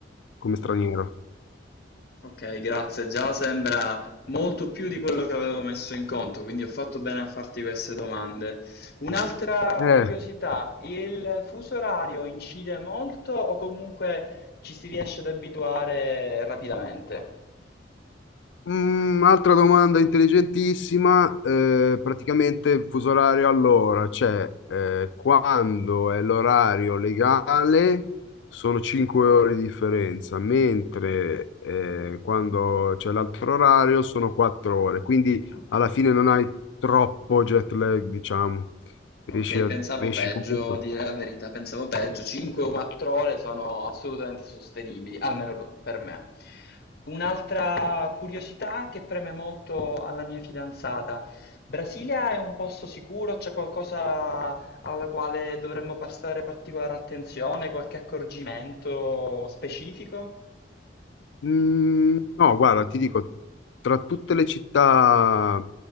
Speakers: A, on the left (about 80°); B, on the left (about 60°).
A: come straniero.
B: Ok, grazie. Già sembra molto più di quello che avevo messo in conto, quindi ho fatto bene a farti queste domande. Un'altra
A: Eh,
B: curiosità, il fuso orario incide molto o comunque ci si riesce ad abituare rapidamente?
A: Mm, altra domanda intelligentissima, eh, praticamente il fuso orario allora, cioè eh, quando è l'orario legale sono 5 ore di differenza, mentre eh, quando c'è l'altro orario sono 4 ore, quindi
B: Ok.
A: alla fine non hai troppo jet lag, diciamo, riesci,
B: Okay,
A: a-
B: pensavo
A: riesci
B: peggio,
A: comunque.
B: a dire la verità, pensavo peggio. 5 o 4 ore sono assolutamente sostenibili, almeno p per me. Un'altra curiosità che preme molto alla mia fidanzata: Brasilia è un posto sicuro? C'è qualcosa alla quale dovremmo prestare particolare attenzione? Qualche accorgimento specifico?
A: Mm, no, guarda, ti dico, tra tutte le città